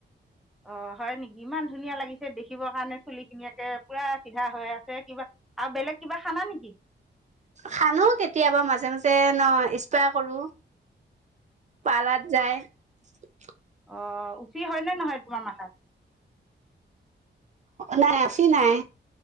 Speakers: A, in the centre; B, on the right.
A: অ' হয় নেকি? ইমান ধুনীয়া লাগিছে দেখিবৰ কাৰণে চুলিখিনি। একে পুৰা চিধা হৈ আছে কিবা, আৰু বেলেগ কিবা সানা নেকি?
B: সানো কেতিয়াবা মাজে- মাজে ন', ইস্প্ৰে কৰোঁ। পাৰ্লাত যাই। <unintelligible>
A: অ' উফি হয়নে নহয় তোমাৰ মাথাত?
B: নাই-নাই। উফি নাই।